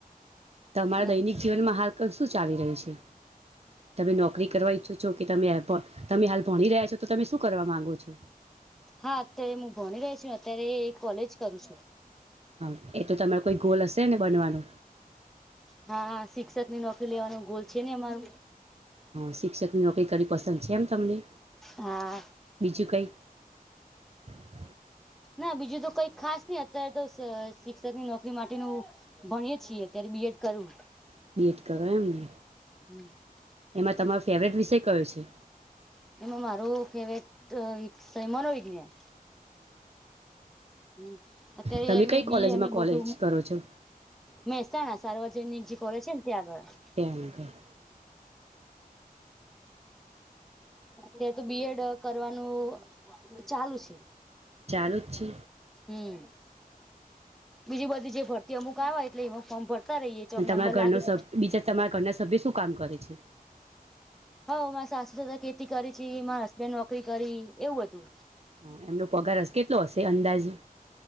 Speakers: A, on the right; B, in the centre.
A: તમારા
B: એવું
A: દૈનિક જીવનમાં હાલ શું ચાલી રહયુ છે તમે નોકરી કરવા ઈચ્છો છો કે તમે તમે હાલ ભણી રહ્યાછો? તો તમે શું કરવા માંગો છો?
B: હા અત્યારે હું ભણી રહી છું અત્યારે કોલેજ કરું છું.
A: હા એ તો તમારે કોઈ ગોલ હશે ને બનવાનો?
B: હા શિક્ષક ની નોકરી લેવાનો ગોલ છે ને અમારો,
A: હા શિક્ષકની નોકરી કરવી પસંદ છે એમ તમને
B: હા
A: બીજું કંઈક? <inaudible> <inaudible> <unintelligible> <inaudible>
B: ના બીજું તો કંઈ ખાસ નહિ અત્યારે તો શિક્ષક ની નોકરી માટેનું, ભણીએ છીએ અત્યારે બીએડ કરુ
A: <unintelligible> બીએડ કરયુ ને?
B: હમ, <inaudible> <inaudible>
A: એમાં તમારો ફેવરેટ વિષય કયો છે?
B: એમાં મારો ફેવરેટ વિષય મનોવિજ્ઞાન, હમ અત્યારે
A: તમે
B: અમે
A: કઈ
B: બીએ
A: કોલેજમાં
B: અને
A: કોલેજ
B: બધું,
A: કરો છો
B: મહેસાણા સાર્વજનિક જે કોલેજ છે ને ત્યાં આગળ,
A: તે <inaudible> <inaudible> <inaudible> <inaudible>
B: ત્યાં તો બી એડ કરવાનું ચાલુ છે.
A: ચાલુ જ છે.
B: હમ બીજી બધી જે ભરતી અમુક આવે એટલે એમાં ફોર્મ ભરીયે, ઊભા રહીએ
A: અને
B: જોબ
A: તમારા
B: નંબર
A: ઘરનો
B: લાગી
A: સભ
B: જાય તો
A: બીજા તમારા ઘરના સભ્ય શું કામ કરે છે?
B: હમ મારા સાસુ તો ખેતી કરી છે મારા હસબેન્ડ નોકરી કરી એવું હતું,
A: હમ એમનો પગાર કેટલો હશે અંદાજે?